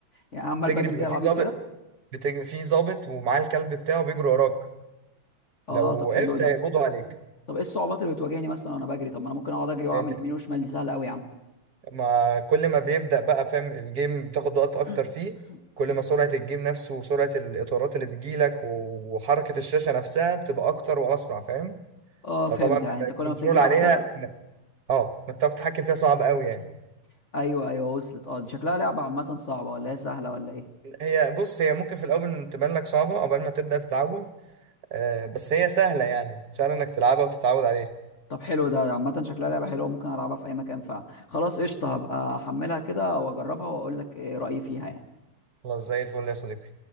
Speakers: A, on the left (about 40°); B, on the right (about 50°).
A: يعني عمال
B: بتجري
A: بجري
B: بيبقى
A: زي العبيط
B: فيه ظابط
A: كده
B: بتجري فيه ظابط ومعاه الكلب بتاعه بيجري وراك
A: اه
B: لو
A: طب حلو
B: وقفت
A: ده
B: هيقبضوا عليك
A: مم. طب ايه الصعوبات اللي بتواجهني مثلا وانا بجري طب ما انا ممكن اقعد اجري واعمل
B: يعني
A: يمين وشمال دي سهله قوي يا عم
B: ما كل ما بيبدأ بقى فاهم الجيم بتاخد وقت اكتر
A: <laughs>
B: فيه كل ما سرعة
A: <coughs>
B: الجيم نفسه وسرعة الاطارات اللي بتجيلك و- وحركة الشاشة نفسها بتبقى اكتر واسرع فاهم
A: اه
B: فطبعا
A: فهمت يعني
B: بيبقى
A: انت كل
B: الكنترول
A: ما بتجري
B: عليها
A: اكتر
B: إن- اه انك تعرف تتحكم فيها صعب قوي يعني
A: مم. ايوه ايوه وصلت اه دي شكلها لعبه عامه صعبه ولا هي سهله ولا ايه
B: هي بص هي ممكن في الاول تبان لك صعبة عقبال ما تبدأ تتعود آه بس هي سهلة يعني سهلة انك تلعبها وتتعود عليها
A: طب حلو ده عامه شكلها لعبه حلوه ممكن العبها في اي مكان فعلا خلاص قشطه هبقى احملها كده واجربها واقول لك ايه رايي فيها يعني
B: خلاص زي الفل يا صديقي